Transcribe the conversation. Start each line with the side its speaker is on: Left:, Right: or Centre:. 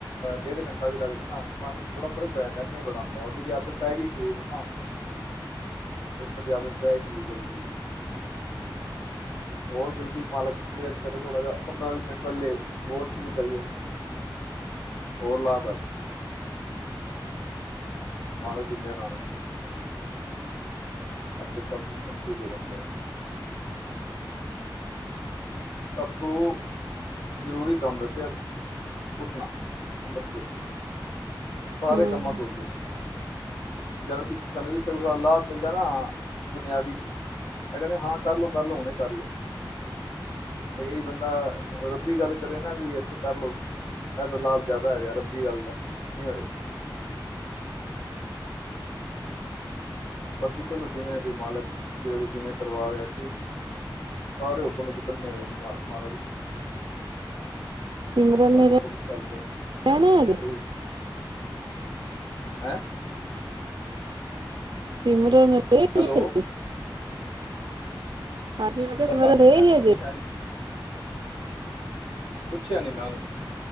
Left: ਡੇਢ ਘੰਟਾ ਵੀ ਲੱਗ ਜੇ ਨਾ ਬੜਾ ਫਰਕ ਪੈ ਜਾਂਦਾ ਇਨਾ ਬੜਾ ਹੁੰਦਾ ਉਹਦੀ ਦੀ ਆਦਤ ਪੈ ਗਈ ਸਰੀਰ ਨਾ ਹੁਣ ਉੱਥਣ ਦੀ ਆਦਤ ਪੈ ਗਈ ਜਲਦੀ ਹੋਰ ਜਲਦੀ ਮਾਲਕ ਮੇਹਰ ਕਰੇ ਥੋੜਾ ਜਿਹਾ ਪੰਦਰਾਂ ਵੀਹ ਮਿੰਟ ਪਹਿਲੇ ਹੋਰ ਸ਼ੁਰੂ ਕਰੀ ਉਣਾ ਹੋਰ ਲਾ ਮਾਲਕ ਦੀ ਮਿਹਰਾਂ ਨੇ ਬਸ ਆਪੇ ਸਭ ਸਿਸਟਮ ਠੀਕ ਹੋ ਜਾਂਦੇ ਨੇ ਸਭ ਤੋਂ ਜ਼ਰੂਰੀ ਕੰਮ ਦੱਸਿਆ ਉੱਠਣਾ ਅੰਮ੍ਰਿਤ ਵੇਲੇ ਸਾਰੇ
Right: ਹਮ
Left: ਕੰਮਾਂ ਤੋਂ ਅੱਗੇ <unintelligible> ਸਾਨੂੰ ਜਿੱਥੇ ਥੋੜਾ ਲਾਭ ਮਿਲਦਾ ਨਾ ਦੁਨੀਆਂ ਵੀ ਆਹ ਕਹਿੰਦੇ ਹਾਂ ਕਰ ਲੋ ਕਰ ਲੋ ਹੁਣੇ ਕਰਲੋ ਕਈ ਬੰਦਾ ਰੱਬੀ ਗੱਲ ਕਰੇ ਨਾ ਵੀ ਇੱਥੇ ਕਰ ਲਓ ਇਹ ਤਾਂ ਲਾਭ ਜ਼ਿਆਦਾ ਹੈਗਾ ਰੱਬੀ ਗੱਲ ਦਾ ਨਹੀਂ ਹੋਏਗਾ ਬਾਕੀ ਚਲੋ ਜਿਵੇਂ ਕੋਈ ਮਾਲਕ ਜਿਹਦੇ ਕੋਲ ਜਿਵੇਂ ਕਰਵਾ ਰਿਹਾ ਠੀਕ ਸਾਰੇ ਹੁਕਮ ਵਿੱਚ ਬੰਨੇ ਹੋਏ ਨੇ ਮਾਲ ਮਾਲਕ ਦੇ
Right: ਸਿਮਰਨ
Left: ਬਾਪੁੱਖਮ
Right: ਨੇ
Left: ਚੱਲਦਾ
Right: ਰਹਿਣਾ ਹਜੇ
Left: ਕੋਈ ਹੈਂ
Right: <unintelligible>
Left: ਹੈਲੋ
Right: ਹਾਂਜੀ ਮੈਂ ਕਿਹਾ <unintelligible>
Left: ਪਤਾ ਨੀ ਮੈਂ ਤੇ ਪੁੱਛਿਆ ਨੀ ਪੁੱਛਿਆ ਨੀ ਮੈਂ ਉਹਨੂੰ